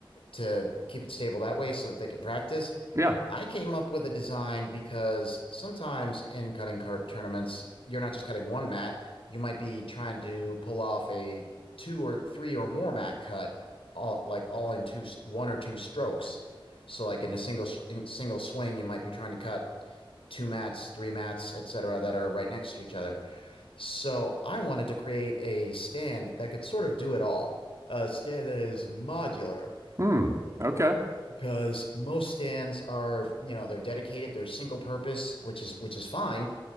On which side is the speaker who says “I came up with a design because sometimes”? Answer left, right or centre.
Left